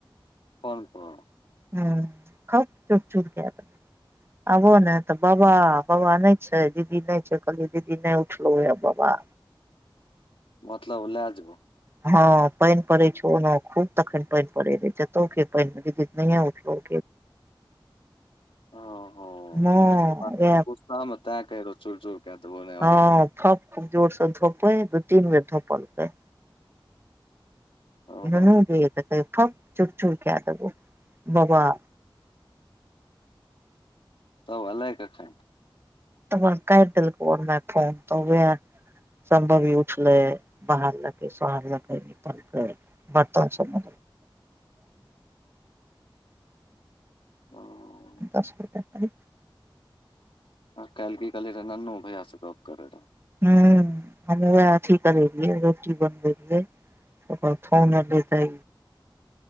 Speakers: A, on the left; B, on the right.
A: कोन को
B: ह ख चूप चूप क त आबो ने तऽ बाबा बाबा नहि छै दीदी नहि छै कहलियै दीदी नहि उठलो ये बाबा
A: मतलब लए जेबो
B: हँ पानि पड़े छ ओ खूब तखन पानि पड़े रहे जतो के पानिद उल
A: ह ह
B: जेतै माँ
A: बात
B: वैह
A: गोस्सामे त कह चूर चूर क देबो नहि
B: हँ
A: आनबही
B: फप खू जोर से धोपै दू तीन बेर धोपलै
A: ओहो
B: नू जे तऽ कह फप चु चूड़ क देबो बाबा
A: सब अलै कखइ
B: तबका दिलकोर फोन तऽ सम्भव ईी उठले बाहर लक सोहर लक निपलक बर्तन सम
A: हूँ
B: दस रुपआ करीब
A: काइल की कहली रहे ननू भैया स गप करै रह
B: ह हमे वएह अथी करै रहियै रोटी बनबे रहियै त फोन एले तै